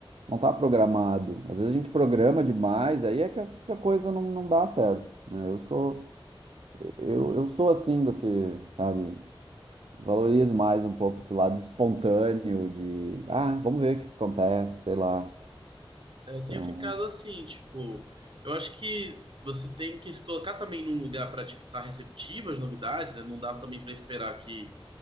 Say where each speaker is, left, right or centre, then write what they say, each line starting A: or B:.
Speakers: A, on the right; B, on the right.
A: não tá programado. Às vezes a gente programa demais, aí é que a, que a coisa não, não dá certo, né? Eu sou, eu, eu sou assim, desse, sabe? Valorizo mais um pouco esse lado espontâneo de, ah, vamos ver o que acontece, sei lá.
B: Eu
A: Então,
B: tenho ficado assim, tipo, eu acho que você tem que se colocar também num lugar para tipo, estar receptivo às novidades, né? Não dá também para esperar que